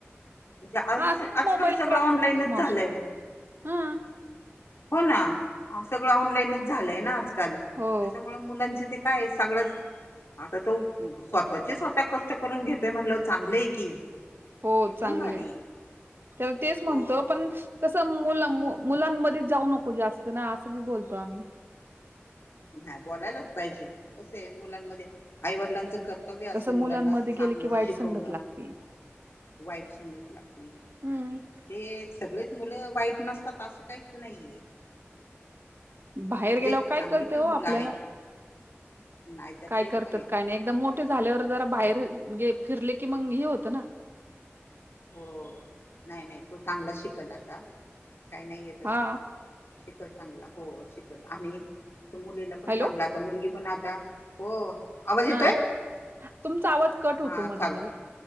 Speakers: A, on the left; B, on the right.
A: म्हणजे आज
B: हा सगळं
A: आजकाल
B: मोबाईलवर
A: सगळं
B: असतं
A: ऑनलाईनच
B: ना हो मावशी
A: झालंय
B: हा
A: हो ना सगळं ऑनलाईनच झालंय ना आजकाल त्याच्यामुळे
B: हो
A: मुलांचे ते काय सगळं आता तो स्वतःचे स्वतः कष्ट करून घेतोय म्हटलं चांगलेय की
B: हो
A: एकदम
B: चांगले
A: भारी आहे.
B: तेला तेच म्हणतो
A: हो
B: पण कसं मुलं मुलांमध्ये जाऊ नको जास्त ना असं बी बोलतो आम्ही
A: नाही बोलायलाच पाहिजे कसं आहे मुलांमध्ये आईवडिलांचं कर कर्तव्य अस
B: कसं
A: मुलांना
B: मुलांमध्ये
A: सांगणं
B: गेले की वाईट
A: शिकवणं
B: संगत लागते
A: वाईट सगत लागतील.
B: हम्म
A: ते सगळेच मुलं वाईट नसतात असे काहीच नाहीये.
B: बाहेर
A: म्हणजे
B: गेल्यावर काय
A: चांगली
B: कळतय
A: पण
B: हो
A: मुलं
B: आपल्याला
A: आहेत नाही तर
B: काय
A: ते
B: करतात
A: पण आहे
B: काय नाही एकदाम मोठे झाल्यावर जरा बाहेरे
A: हो
B: फिरले की मग हे होतं ना
A: हो नाही नाही तो चांगला शिकल आता काही नाही आहे तसं
B: हा
A: शिकल चांगला हो शिकल आणि मुलीला पण
B: हॅलो
A: चांगलात आता मुलगी पण आता हो आवाज येतोय
B: हा तुमचा आवाज कट होतो
A: हा
B: मधी
A: चाल
B: मध